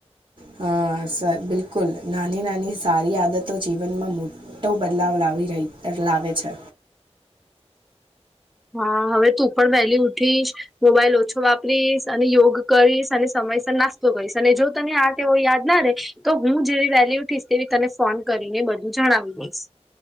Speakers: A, on the right (about 50°); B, in the centre.
A: હન, સર બિલકુલ નાની-નાની સારી આદતો જીવનમાં મો ટો બદલાવ લાવી રહી, લાવે છે.
B: હા, હવે તું પણ વહેલી ઉઠીશ, મોબાઈલ ઓછો વાપરીશ અને યોગ કરીશ અને સમયસર નાસ તો કરીશ અને જો તને આ ટેવો યાદ ના રે તો હું જેવી વહેલી ઉઠીશ તેવી તને ફોન કરીને બધું જણાવી દઈશ.